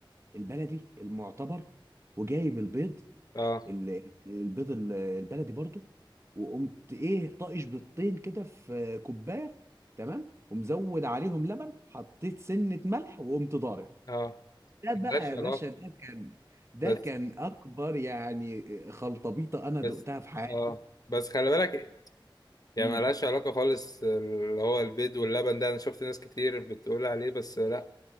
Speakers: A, on the right; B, on the left.
A: البلدي المعتبر وجايب البيض
B: اه
A: ال- البيض ال- البلدي برضو وقمت ايه طاقش بيضتين كده في كوبايه تمام ومزود عليهم لبن حطيت سنه ملح وقمت ضارب
B: اه
A: ده
B: ملهاش
A: بقى يا
B: علاقة
A: باشا ده كان ده
B: بس
A: كان اكبر يعني خلطبيطه انا دقتها
B: بس
A: في حياتي
B: اه بس خلي بالك يعني
A: امم
B: ملهاش علاقة خالص اللي هو البيض واللبن ده انا شفت ناس كتير بتقول عليه بس لا